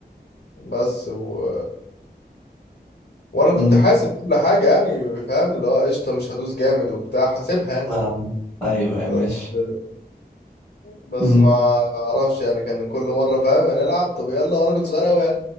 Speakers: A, on the left (about 85°); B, in the centre.
A: بس و... وانا كنت
B: امم
A: حاسب كل حاجه يعني فاهم اللي هو قشطه مش هدوس جامد وبتاع حاسبها
B: آه. ايوه ايوه
A: بس
B: ماشي
A: بس
B: امم
A: ما اعرفش يعني كان كل مره فاهم هنلعب طب يلا وانا كنت صغير قوي